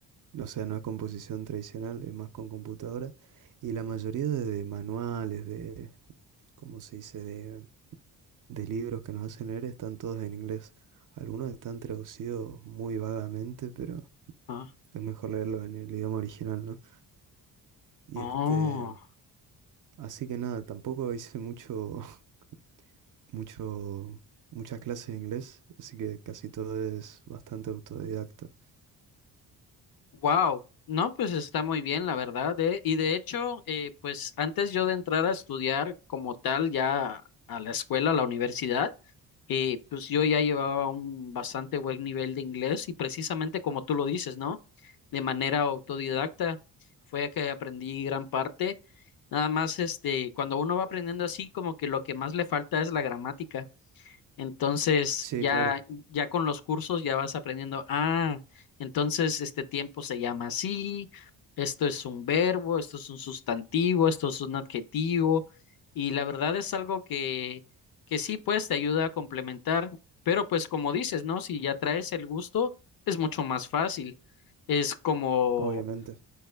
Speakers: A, on the right (about 45°); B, on the left (about 50°).
A: O sea, no es composición tradicional, es más con computadora. Y la mayoría de, de manuales, de, ¿cómo se dice? de libros que nos hacen leer están todos en inglés. Algunos están traducidos muy vagamente, pero
B: Ah,
A: es mejor leerlo en el idioma original, ¿no? Y
B: Oh.
A: este, así que nada, tampoco hice mucho, <laughs> mucho, muchas clases de inglés, así que casi todo es bastante autodidacta.
B: Wow, no, pues está muy bien, la verdad, ¿eh? Y de hecho, eh, pues antes yo de entrar a estudiar como tal ya a la escuela, a la universidad, eh, pues yo ya llevaba un bastante buen nivel de inglés y precisamente como tú lo dices, ¿no? De manera autodidacta fue que aprendí gran parte. Nada más, este, cuando uno va aprendiendo así, como que lo que más le falta es la gramática. Entonces,
A: Sí,
B: ya,
A: claro,
B: ya con los cursos ya vas aprendiendo, ah, entonces este tiempo se llama así, esto es un verbo, esto es un sustantivo, esto es un adjetivo, y la verdad es algo que, que sí, pues te ayuda a complementar, pero pues como dices, ¿no? Si ya traes el gusto, es mucho más fácil. Es como,
A: obviamente.